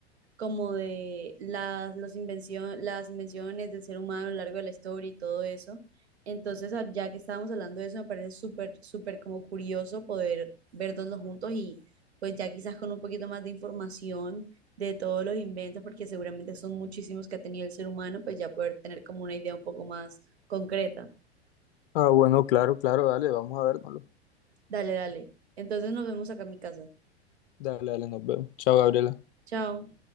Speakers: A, on the right; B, on the left.
A: como de las, los invencio- las invenciones del ser humano a lo largo de la historia y todo eso. Entonces, a- ya que estábamos hablando de eso, me parece súper, súper como curioso poder verlos juntos y pues ya quizás con un poquito más de información de todos los inventos, porque seguramente son muchísimos que ha tenido el ser humano, pues ya poder tener como una idea un poco más concreta.
B: Ah, bueno, claro, claro, dale, vamos a vernoslo.
A: Dale, dale. Entonces nos vemos acá en mi casa.
B: Dale, dale, nos vemos. Chao, Gabriela.
A: Chao.